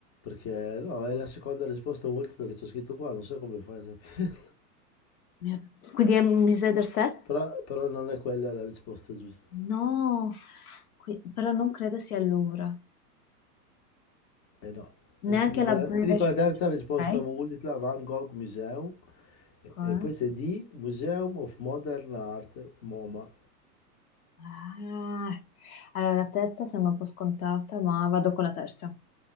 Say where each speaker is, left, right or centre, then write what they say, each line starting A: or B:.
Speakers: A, on the left; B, on the left.
A: Perché no, è la seconda risposta multipla che c'è scritto qua, non so come fai a sapere.
B: Mio- Quindi è Musée d'Orsay?
A: <laughs> però, però non è quella la risposta giusta.
B: No, qui- però non credo sia il Louvre.
A: Eh no,
B: Neanche
A: Eh, ti dico
B: la
A: la,
B: British.
A: ti dico la terza risposta
B: Ok.
A: multipla, Van Gogh Museum, e,
B: ok.
A: e poi c'è D, Museum of Modern Art, MoMA.
B: Ah, Allora, la terza sembra un po' scontata, ma vado con la terza.